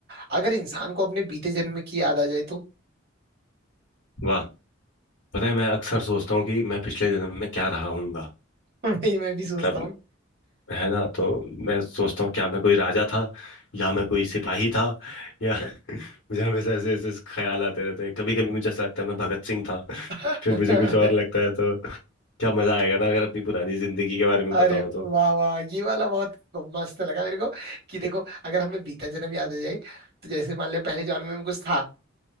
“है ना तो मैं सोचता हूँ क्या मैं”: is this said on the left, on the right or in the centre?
Left